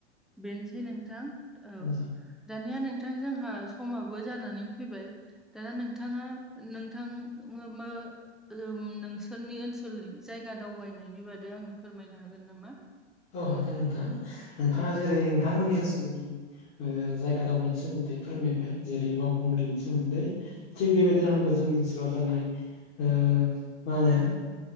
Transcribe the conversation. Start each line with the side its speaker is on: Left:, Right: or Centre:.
Centre: बेनोसै नोंथां औ।
Left: नोंथां
Centre: दानिया नोंथां जोंहा समाबो जानानै फैबाय। दाना नोंथाङा नोंथां मो मा ओम नोंसोरनि ओनसोलनि जायगा दावबायनायनि बादै आंनो फोरमायनो हागोन नामा?
Left: औ हागोन नोंथां नोंथाङा
Centre: औ
Left: जेरै नोंथांमोननि ओनसोलनि जायगा दावबायनायनि सोमोन्दै फोरमायबाय जेरै बावखुंग्रिनि सोमोन्दै। थिग बेबायदिनो
Centre: औ
Left: आंबो जोंनि ओनसोलाव जानाय ओ मा होनो।